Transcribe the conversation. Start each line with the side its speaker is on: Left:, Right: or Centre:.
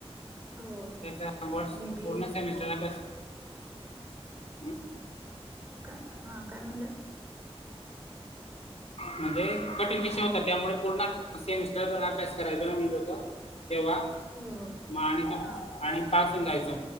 Right: हो हो
Left: त्याचा वर्ष
Right: बी बी
Left: पूर्ण
Right: ए
Left: सेमिस् सिलाबस <inaudible>
Right: का हा काय म्हणाला?
Left: म्हणजे कठीण विषय होता त्यामुळे पूर्ण सेमिस्टर अभ्यास करायचो ना मी लोक तेव्हा
Right: हो हो
Left: मग आणि तो
Right: हा
Left: आणि पास होऊन जायचो.